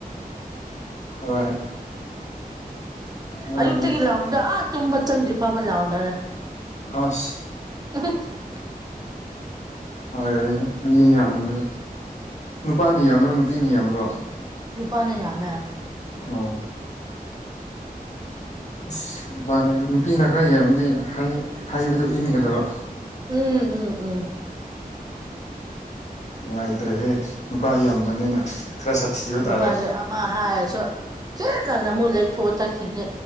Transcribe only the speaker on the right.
ꯑꯌꯨꯛꯇꯒꯤ ꯂꯥꯎꯕꯗꯣ ꯑꯥ ꯇꯨꯝꯕ ꯆꯪꯗ꯭ꯔꯤ ꯐꯥꯎꯕ ꯂꯥꯎꯅꯔꯦ
<unintelligible>
ꯅꯨꯄꯥꯅ ꯌꯥꯝꯃ‌ꯦ
ꯎꯝ ꯎꯝ ꯎꯝ
ꯅꯨꯄꯥꯁꯦ ꯑꯃ ꯍꯥꯏꯔꯁꯨ ꯈꯦꯠꯅ ꯅ ꯑꯃꯨꯛ ꯂꯩꯊꯣꯛꯑ ꯆꯠꯈꯤꯅꯤ